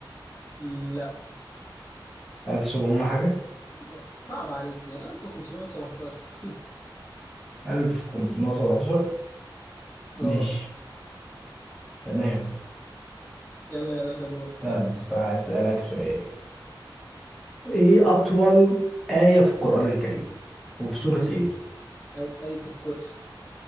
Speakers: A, on the left; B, in the centre.
A: مم، لا
B: ألف سبعمية وحاجة
A: لا صعب عليك دي 1517
B: ألف خمسمية وسبعتاشر
A: اه
B: ماشي تمام
A: يلا يا باشا دور كواد
B: طب هسألك سؤال ايه اطول آية في القرآن الكريم وفي سورة
A: آية
B: ايه
A: آية آية الكرسي